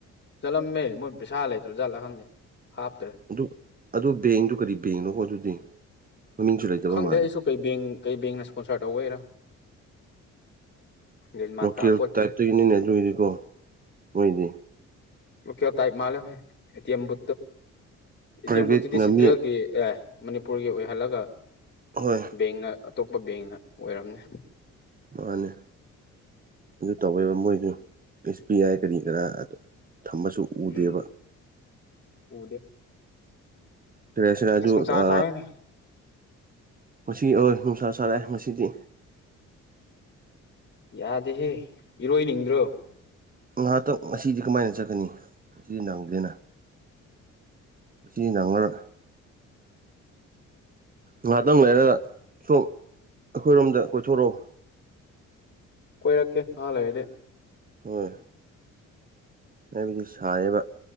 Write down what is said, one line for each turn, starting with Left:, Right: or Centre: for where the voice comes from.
Left: ꯆꯠꯂꯝꯃꯦ ꯃꯣꯏ ꯄꯩꯁꯥ ꯂꯩꯇ꯭ꯔꯕ ꯆꯠꯂ ꯈꯪꯗꯦ ꯍꯥꯞꯇ꯭ꯔꯦ
Right: ꯑꯗꯨ ꯑꯗꯨ ꯕꯦꯡꯗꯨ ꯀꯔꯤ ꯕꯦꯡꯅꯣ ꯍꯣ ꯑꯗꯨꯗꯤ ꯃꯃꯤꯡꯁꯨ ꯂꯩꯇꯕ
Left: ꯈꯪꯗꯦ
Right: ꯃꯥꯜꯂꯦ
Left: ꯑꯩꯁꯨ ꯀꯩ ꯕꯦꯡ ꯀꯩ ꯕꯦꯡꯅ ꯏꯁꯄꯣꯟꯁꯥꯔ ꯇꯧꯩꯔꯥ ꯒ꯭ꯌꯥꯟ ꯃꯥꯟ
Right: ꯂꯣꯀꯦꯜ
Left: ꯇꯥ ꯄꯣꯠꯇꯦ
Right: ꯇꯥꯏꯞꯇꯒꯤꯅꯤꯅꯦ ꯑꯗꯨꯗꯤꯀꯣ ꯃꯣꯏꯗꯤ
Left: ꯑꯣ ꯀꯦ ꯇꯥꯏꯞ ꯃꯥꯂꯦ ꯍꯦꯝꯕꯨ ꯏꯇꯦꯝꯕꯨꯠꯇꯨꯗꯤ
Right: ꯄ꯭ꯔꯥꯏꯚꯦꯠꯅ
Left: ꯁꯦꯟꯇ꯭ꯔꯦꯜꯒꯤ
Right: ꯃꯤ
Left: ꯑꯦ ꯃꯅꯤꯄꯨꯔꯒꯤ ꯑꯣꯏꯍꯜꯂꯒ
Right: ꯍꯣꯏ
Left: ꯕꯦꯡꯅ ꯑꯇꯣꯞꯄ ꯕꯦꯡꯅ ꯑꯣꯏꯔꯝꯅꯤ
Right: ꯃꯥꯅꯤ ꯑꯗꯨ ꯇꯧꯋꯦꯕ ꯃꯣꯏꯁꯨ ꯑꯦꯁ ꯄꯤ ꯑꯥꯏ ꯀꯔꯤ ꯀꯔꯥ ꯊꯝꯃꯁꯨ ꯎꯗꯦꯕ
Left: ꯎꯝ ꯎꯗꯦ
Right: ꯀꯦꯁ ꯔꯥꯖꯨ
Left: ꯑꯁ ꯅꯨꯡꯁꯥ
Right: ꯑ
Left: ꯁꯥꯏꯅꯦ
Right: ꯃꯁꯤ ꯑꯣꯏ ꯅꯨꯡꯁꯥ ꯁꯥꯔꯑꯦ ꯉꯁꯤꯗꯤ
Left: ꯌꯥꯗꯦꯍꯦ ꯏꯔꯣꯏꯅꯤꯡꯗ꯭ꯔꯣ
Right: ꯉꯍꯥꯛꯇꯪ ꯉꯁꯤꯗꯤ ꯀꯃꯥꯏꯅ ꯆꯠꯀꯅꯤ ꯑꯁꯤꯗꯤ ꯅꯪꯗꯦꯅ ꯃꯁꯤ ꯅꯪꯉꯔ ꯉꯍꯥꯛꯇꯪ
Left: ꯏꯔꯣꯏꯕ
Right: ꯂꯩꯔꯒ ꯁꯣꯝ ꯑꯩꯈꯣꯏꯔꯣꯝꯗ ꯀꯣꯏꯊꯣꯔꯛꯑꯣ
Left: ꯀꯣꯏꯔꯛꯀꯦ ꯍꯥ ꯂꯩꯗꯦ
Right: ꯍꯣꯏ ꯍꯥꯏꯕꯗꯤ ꯁꯔꯕ